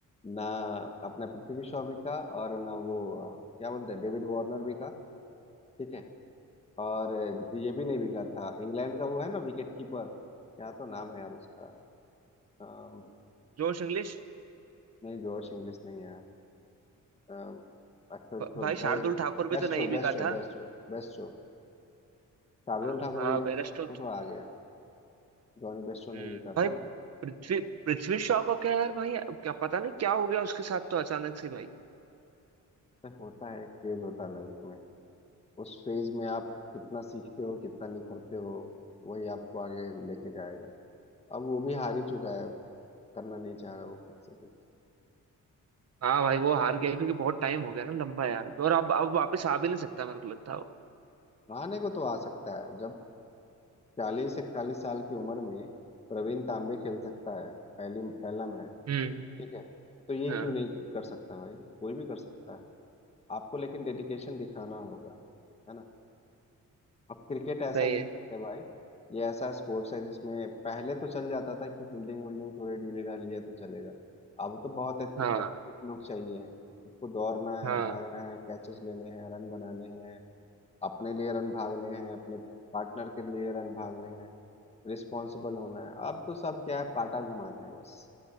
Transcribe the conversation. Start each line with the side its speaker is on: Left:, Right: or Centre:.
Left: ना अपना पृथ्वी शॉ बिका और ना वो अ, क्या बोलते हैं डेविड वार्नर बिका ठीक है और अ, ये भी नहीं बिका था इंग्लैंड का वो है ना विकेट कीपर क्या तो नाम है यार उसका अम,
Right: जोश इंग्लिश
Left: नहीं जोश इंग्लिश नहीं है यार अम, अच्छा
Right: भ-
Left: तो
Right: भाई शार्दुल
Left: भाई
Right: ठाकुर
Left: बेस्टो
Right: भी तो नहीं
Left: बेस्टो
Right: बिका था
Left: बेस्टो बेस्टो शार्दुल
Right: हाँ
Left: ठाकुर
Right: हाँ
Left: भी नहीं
Right: बेरस्टो
Left: बिका लेकिन वो तो
Right: तो
Left: आ गया जॉनी बेस्टो
Right: हम्म,
Left: नहीं बिका
Right: भाई
Left: था वो
Right: पृथ्वी पृथ्वी शॉ का क्या यार भाई क्या पता नहीं क्या हो गया उसके साथ तो अचानक से भाई
Left: ऐसे होता है एक फेज होता है लाइफ में उस फेज में आप कितना सीखते हो कितना निखरते हो वही आपको आगे लेके जाएगा अब वो भी हार ही चुका है अब करना नहीं चाह रहा वो खुद से कुछ
Right: हाँ भाई वो हार गया क्योंकि बहुत टाइम हो गया ना लंबा यार और अब अब वापस आ भी नहीं सकता मेरे को लगता है वो।
Left: आने को तो आ सकता है जब चालीस इकतालीस साल की उम्र में प्रवीण तांबे खेल सकता है पहली पहला मैच
Right: हम्म
Left: ठीक है तो ये
Right: हाँ
Left: क्यों नहीं कर सकता भाई कोई भी कर सकता है आपको लेकिन डेडिकेशन दिखाना होगा है ना अब क्रिकेट ऐसा
Right: सही
Left: गेम
Right: है
Left: है भाई ये ऐसा स्पोर्ट्स है जिसमें पहले तो चल जाता था कि फील्डिंग वील्डिंग थोड़ी ढीली ढाली है तो चलेगा अब तो बहुत एथली-
Right: हाँ
Left: एथलेटिक लोग चाहिए हैं उसको दौड़ना है
Right: हाँ
Left: भागना है कैचेस लेने हैं रन बनाने हैं अपने लिए रन भागने हैं अपने पार्टनर के लिए रन भागने हैं रिस्पॉन्सिबल होना है अब तो सब क्या है पाटा घुमाते हैं बस